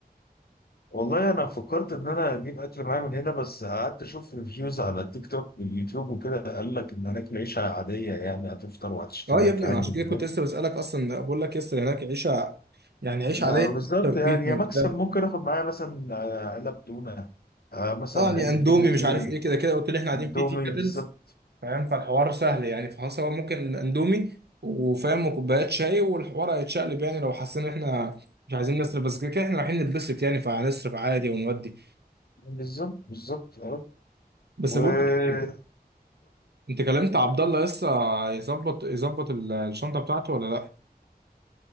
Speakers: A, on the left; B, on the right.
A: والله انا فكرت ان انا اجيب اكل معايا من هنا بس قعدت اشوف ريفيوز على تيك توك واليوتيوب وكده قال لك ان هناك العيشه عاديه يعني هتفطر وهتشتري
B: اه يا
A: اكل
B: ابني
A: عادي
B: عشان
A: من
B: كده
A: هناك
B: كنت لسه بسالك اصلا بقول لك يس هناك عيشه يعني عيش
A: ما
B: عاديه
A: بالظبط
B: بيتزا
A: يعني يا
B: وبتاع
A: مكسب ممكن اخد معايا مثلا آه، علب تونه آه، مثلا
B: اه يعني
A: علبه
B: اندومي
A: جبنه كيري
B: مش عارف ايه كده كده قلت لي احنا قاعدين
A: اندومي
B: في في كاتلز
A: بالظبط
B: فاهم فالحوار سهل يعني فخلاص هو ممكن اندومي وفاهم وكوبايات شاي والحوار هيتشقلب يعني لو حسينا إن احنا مش عايزين نصرف بس كده كده احنا رايحين نتبسط يعني فهنصرف عادي ونودي
A: بالظبط بالظبط اه
B: بس
A: وقول
B: بقول لك ايه انت كلمت عبد الله لسه يظبط يظبط ال- الشنطه بتاعته ولا لا